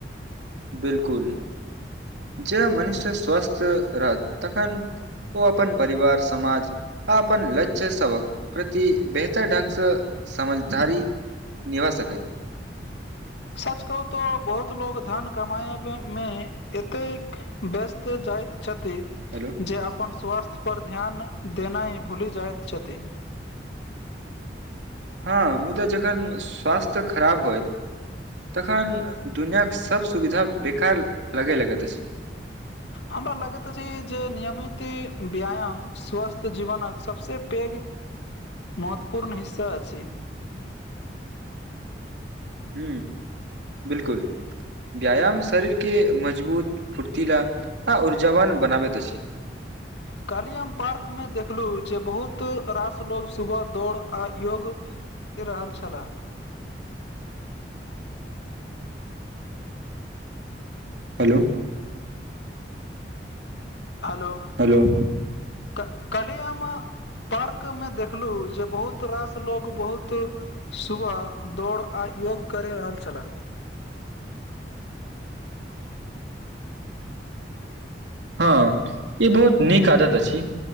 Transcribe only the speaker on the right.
बिलकुल जे मनुष्य स्वस्थ रहत तखन ओ अपन परिवार समाज आ अपन लक्ष्य सबक प्रति बेहतर ढंगसँ समझदारी निवासकै <unintelligible>
हेलो
हँ मुदा जखन स्वास्थ्य खराब होइत तखन दुनिआके सब सुविधा बेकार लगै लगैत अछि
ह बिलकुल व्यायाम शरीरके मजबूत फुर्तीला आ ऊर्जावान बनाबैत अछि
हेलो।
हेलो।
हँ, ई बहुत नीक आदत अछि।